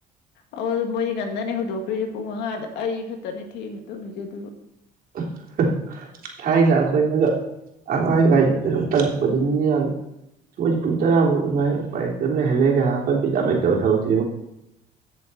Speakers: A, on the left; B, on the right.
A: ꯑ ꯃꯣꯏꯗꯤ ꯉꯟꯅꯅꯦ ꯍꯧꯗꯣꯛꯄꯤꯔꯤꯁꯦ ꯄꯨꯡ ꯃꯉꯥꯗ ꯑꯩ ꯈꯛꯇꯅꯦ ꯊꯦꯡꯅ ꯇꯧꯃꯤꯁꯦ ꯑꯗꯨꯕꯨ
B: <unintelligible> ꯊꯥꯏꯅ ꯑꯩꯈꯣꯏꯅꯒ ꯑꯉꯥꯡꯔꯤꯉꯩꯗ ꯀꯩꯅꯣ ꯇꯜꯂꯛꯄꯗꯨꯅꯤ ꯌꯥꯝꯅ ꯁꯣꯏꯁꯦ ꯄꯨꯡ ꯇꯔꯥꯐꯥꯎ ꯑꯗꯨꯃꯥꯏ ꯎꯄꯥꯏꯝ ꯂꯩꯍꯜꯂꯦꯒ ꯑꯩꯈꯣꯏ ꯌꯥꯝ ꯂꯩꯇꯕ ꯊꯕꯛ